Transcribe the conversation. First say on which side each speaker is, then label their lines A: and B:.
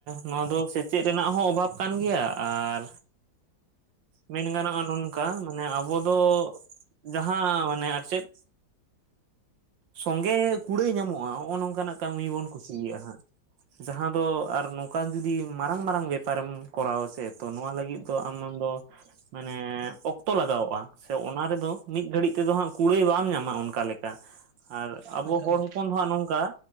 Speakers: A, on the right; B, on the right.
A: ᱱᱚᱣᱟ ᱫᱚ ᱥᱮᱪᱮᱫ ᱨᱮᱱᱟᱜ ᱦᱚᱸ ᱚᱵᱷᱟᱵᱽ ᱠᱟᱱ ᱜᱮᱭᱟ ᱟᱨ ᱢᱮᱱ ᱜᱟᱱᱚᱜᱼᱟ ᱱᱚᱝᱠᱟ ᱢᱟᱱᱮ ᱟᱵᱚ ᱫᱚ ᱡᱟᱦᱟᱸ ᱢᱟᱱᱮ ᱟᱨ ᱪᱮᱫ ᱥᱚᱝᱜᱮ ᱠᱩᱲᱟᱹᱭ ᱧᱟᱢᱚᱜᱼᱟ ᱱᱚᱜᱼᱚᱭ ᱱᱚᱝᱠᱟᱱᱟᱜ ᱠᱟᱹᱢᱤ ᱵᱚᱱ ᱠᱩᱥᱤᱭᱟᱭᱼᱟ ᱦᱟᱸᱜ। ᱡᱟᱦᱟᱸ ᱫᱚ ᱟᱨ ᱱᱚᱝᱠᱟᱱ ᱡᱩᱫᱤ ᱢᱟᱨᱟᱝᱼ ᱢᱟᱨᱟᱝ ᱵᱮᱯᱟᱨᱮᱢ ᱠᱚᱨᱟ ᱟᱥᱮ ᱛᱚ ᱱᱚᱣᱟ ᱞᱟᱹᱜᱤᱫ ᱛᱚ ᱟᱢᱫᱚ ᱢᱟᱱᱮ ᱚᱠᱛᱚ ᱞᱟᱜᱟᱣᱚᱜᱼᱟ। ᱥᱮ ᱚᱱᱟ ᱨᱮᱫᱚ ᱢᱤᱫ ᱜᱷᱟᱹᱲᱤᱡ ᱛᱮᱫᱚ ᱦᱟᱸᱜ ᱠᱩᱲᱟᱹᱭ ᱵᱟᱢ ᱧᱟᱢᱟ ᱚᱱᱠᱟ ᱞᱮᱠᱟ। ᱟᱨ ᱟᱵᱚ
B: ᱦᱮᱸ ᱥᱮ
A: ᱦᱚᱲ
B: ᱵᱟᱝ?
A: ᱦᱚᱯᱚᱱ ᱫᱚᱦᱟᱸᱜ ᱱᱚᱝᱠᱟ